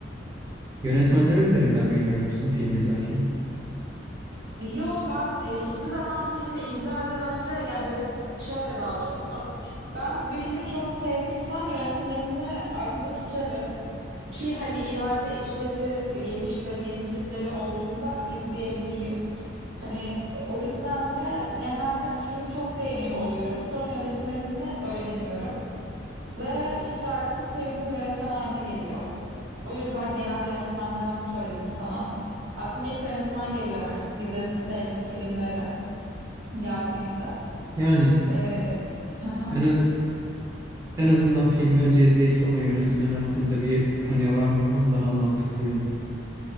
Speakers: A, on the right; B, on the right.
A: yönetmenler üzerinden mi ilerliyorsun film izlerken?
B: Yo ben e, hiçbir zaman bir filmi izlemeden önce yani yönet şöyle daha doğrusu. Ben bir filmi çok sevmişsem yönetmenini aklımda tutarım. Ki hani ileride işleri, yeni işleri, yeni filmleri olduğunda izleyebileyim. Hani o yüzden de genelde bir filmi çok beğeniyor oluyorum. Sonra yönetmenini öğreniyorum. Ve işte artık sevdiğim bir yönetmen haline geliyor. O yüzden genelde yönetmenden söyledim sana. Aklıma ilk yönetmen geliyor artık. İzledim, sevdim filmleri geldiğimde.
A: Yani
B: Ee, hı hı.
A: en, a- en azından filmi önce izleyip sonra yönetmeni hakkında bir kanıya varman daha mantıklı yani.